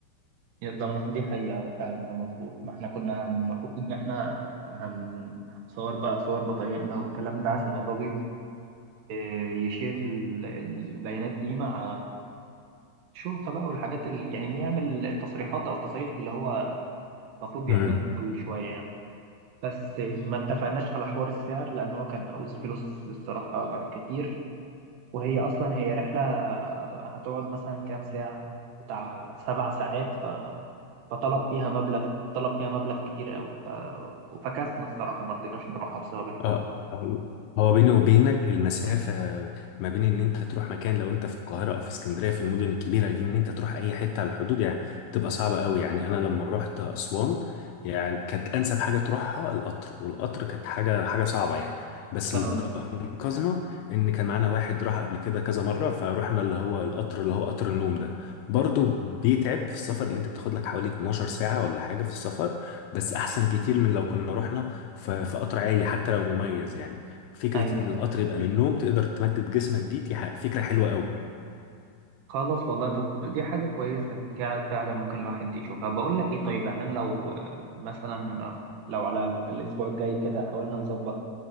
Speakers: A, on the right; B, on the left.
A: ده مظ- دي حقيقة فعلا ده مظبوط ما احنا كنا هن- المفروض ان احنا هنصور بقى صور بطايقنا والكلام ده عشان الراجل آه، يشير ال- البيانات دي مع الشرطة بقى والحاجات ال... يعني يعمل التصريحات او التصاريح اللي هو المفروض بيعملها
B: امم
A: كل شوية يعني بس ما اتفقناش على حوار السعر لأن هو كان عاوز فلوس الصراحة كتير وهي أصلا هي رحلة هتقعد مثلا كام ساعة بتاع سبع ساعات ف- فطلب فيها مبلغ طلب فيها مبلغ كتير قوي ف... وفكسنا الصراحة ما رضيناش نروحها بسبب الحوار
B: اه هو هو بيني وبينك المسافة ما بين ان انت تروح مكان لو انت في القاهرة او في اسكندرية في المدن الكبيرة دي ان انت تروح اي حتة على الحدود يعني بتبقى صعبة قوي يعني انا لما رحت اسوان يعني كانت انسب حاجة تروحها القطر والقطر كانت حاجة حاجة صعبة يعني بس
A: ف-
B: اللي انقذنا ان كان معانا واحد راح قبل كده كذا مرة فروحنا اللي هو القطر اللي هو قطر النوم ده برضه بيتعب في السفر اللي انت بتاخد لك حوالي 12 ساعة ولا حاجة في السفر بس احسن كتير من لو كنا رحنا ف- في قطر عادي حتى لو مميز يعني فكرة
A: أيوة
B: إن القطر يبقى للنوم تقدر تمدد جسمك دي دي ح- فكرة حلوة قوي
A: خلاص والله طب دي حاجة كويسة حاجة فعلا ممكن الواحد يشوفها بقول لك إيه طيب يعني أنا لو آه، مثلا لو على ال- الأسبوع الجاي كده حاولنا نظبط